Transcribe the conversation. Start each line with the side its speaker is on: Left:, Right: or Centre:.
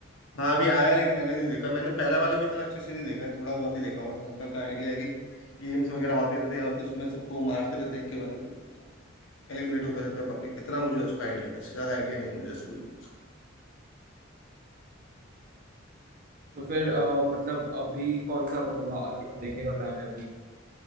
Left: हाँ अभी आया है, लेकिन मैंने नहीं देखा मैंने पहला वाला भी इतना अच्छे से नहीं देखा है थोड़ा बहुत ही देखा हुआ है हल्का हल्का आइडिया है कि गेम्स वगैरह होते रहते हैं और फिर उसमें सबको मारते रहते हैं एक के बाद एक एलिमिनेट होता रहता है पब्लिक इतना मुझे उसका आइडिया है इससे ज्यादा आइडिया नहीं है मुझे स्क्विड गेम
Right: तो फिर अ, मतलब अभी कौन सा मतलब अभी अब देखने का प्लान है अभी